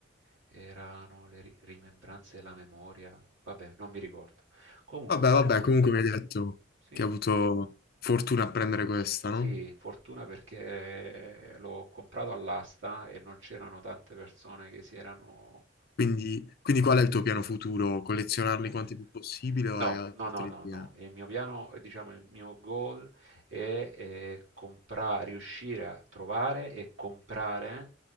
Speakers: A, on the right; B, on the left.
A: erano le ri- rimembranze della memoria. Vabbè, non mi ricordo. Comunque,
B: Vabbè,
A: fatto...
B: vabbè, comunque mi hai detto
A: Sì,
B: che hai avuto fortuna a prendere questa,
A: sì,
B: no?
A: fortuna perché l'ho comprato all'asta e non c'erano tante persone che si erano
B: Quindi, quindi qual è il tuo piano futuro? Collezionarli
A: eh,
B: quanti più possibile o
A: No,
B: hai altri
A: no, no, no,
B: piani?
A: no. Il mio piano, eh, diciamo, il mio goal è, eh, compra- riuscire a trovare e comprare